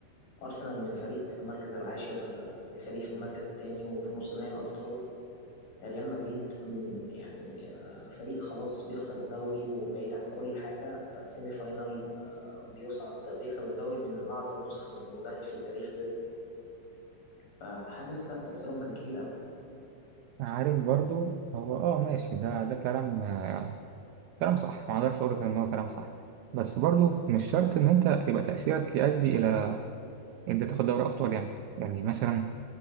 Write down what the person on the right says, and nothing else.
عارف برضو هو آه ماشي ده ده كلام آه كلام صح ما أقدرش أقول لك إن هو كلام صح بس برضو مش شرط إن أنت يبقى تأثيرك يؤدي إلى إن أنت تاخد دوري أبطال يعني يعني مثلا